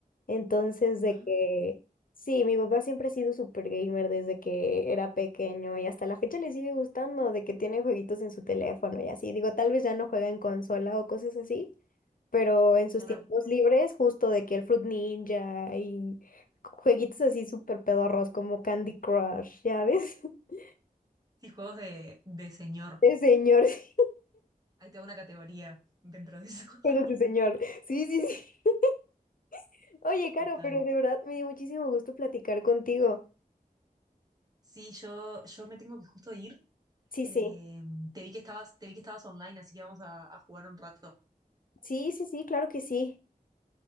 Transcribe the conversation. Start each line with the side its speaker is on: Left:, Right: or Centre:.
Left: Entonces, de
Right: Ah,
Left: que sí, mi papá siempre ha sido super gamer desde que era pequeño y hasta la fecha le sigue gustando de que tiene jueguitos en su teléfono y así. Digo, tal vez ya no juega en consola o cosas así, pero en sus
Right: claro.
Left: tiempos libres, justo de que el Fruit Ninja y jueguitos así súper pedorros como Candy Crush, ¿ya ves? <laughs>
Right: Sí, juegos de, de señor.
Left: De señor, sí,
Right: Hay toda una categoría dentro de eso. <laughs>
Left: juegos de señor. Sí, sí, sí. <laughs> Oye, Caro,
Right: Total.
Left: pero de verdad me dio muchísimo gusto platicar contigo.
Right: Sí, yo, yo me tengo que justo ir.
Left: Sí,
Right: Eh,
Left: sí.
Right: te vi que estabas, te vi que estabas online, así que vamos a, a jugar un rato.
Left: Sí, sí, sí, claro que sí.